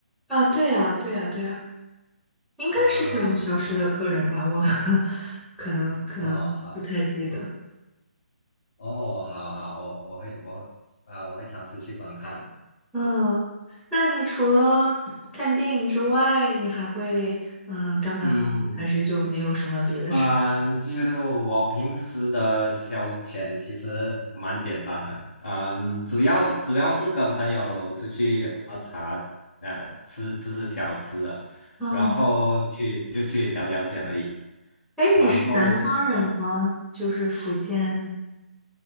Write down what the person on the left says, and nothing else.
啊，啊，
哦，好，哦，好好，我我会我啊，我会尝试去观看。
嗯嗯，就我平时的消遣其实蛮简单的，嗯，主要主要是跟朋友出去喝茶，呃，吃吃吃小吃的，
然后去就去聊聊天而已。
然后，
呃